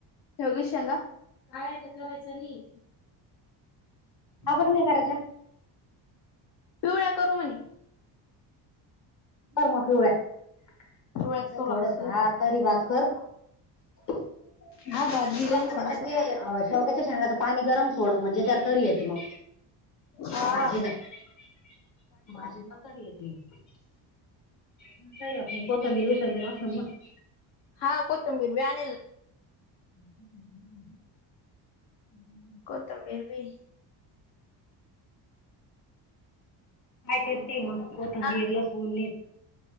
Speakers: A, on the left (about 65°); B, on the left (about 40°).
A: शेवग्याच्या शेंगा. नाही ते करायचं नाही.
B: का बर नाही करायच्या?
A: पिवळ्या करू म्हणे.
B: कर मग पिवळ्या.
A: पिवळ्याच करू
B: <inaudible> थोडस
A: आज.
B: हा तरी भात कर. <inaudible>
A: हा भाजीला
B: आता
A: थोडासा
B: त्याच्यात ते शेवग्याच्या शेंगा पाणी गरम सोड, म्हणजे त्याला तरी येते मग.
A: हा
B: भाजीला. <inaudible> भाजीला तरी येते मग. मग काही होत नाही, कोथंबीर विसरली असेल ना. <inaudible>
A: हा कोथंबीर बी आणेल ना.
B: <unintelligible> <inaudible>
A: कोथंबीर बी
B: <inaudible> काय करती मग कोथंबीर
A: हा
B: लसुण